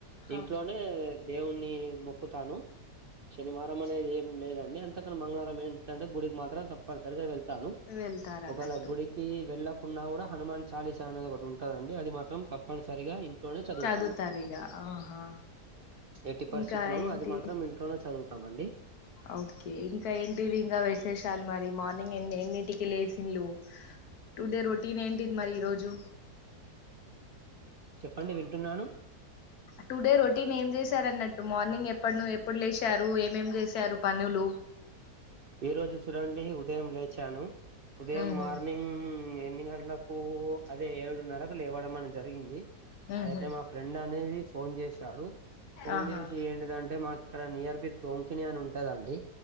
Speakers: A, on the right; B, on the left.
A: ఇంట్లోనే
B: ఆ
A: దేవుణ్ణి మొక్కుతాను శనివారం అనేది ఏం లేదండి అంతకని మంగళవారం ఏంట్ దంటే గుడి మాత్రం తప్పనిసరిగా వెళ్తాను
B: వెళ్తారన్నట్టు
A: ఒకేళ గుడి కి వెళ్ళకుండా కూడా హనుమాన్ చాలీసా అనేది ఒకటి ఉంటదండి అది మాత్రం తప్పనిసరిగా ఇం లో చదువుతాను
B: చదువుతారు ఇగ ఆహా
A: ప్చ్ ఎట్టి పరిస్థితులోన
B: ఇంకా ఏంటి
A: అది మాత్రం ఇంట్లోనే చదువుతామండి
B: ఓకే ఇంకా ఏంటిది ఇంకా విశేషాలు మరి మార్నింగ్ ఎన్ని ఎన్నిటికి లేసిన్లు టు డే రొటీన్ ఏంటిది మరి ఈరోజు
A: చెప్పండి వింటున్నాను
B: టు డే రొటీన్ ఏం చేశారన్నట్టు మార్నింగ్ ఎప్పడనో అప్పుడు లేసారు ఏమేం చేశారు పనులు
A: ఈ రోజు చూడండి ఉదయం లేచాను ఉదయం
B: ఉహు
A: మార్నింగ్ ఈవినింగ్ అలా కు అదే ఎడున్నరకు లేవడం అని జరిగింది
B: ఉహు
A: అయితే మా ఫ్రెండ్ అనేది ఫోన్ చేసాడు ఫోన్
B: ఆహా
A: చేసి ఏంటిదంటే మాకు ఇక్కడ నియర్ బి టోంకిని అని ఉంటదండి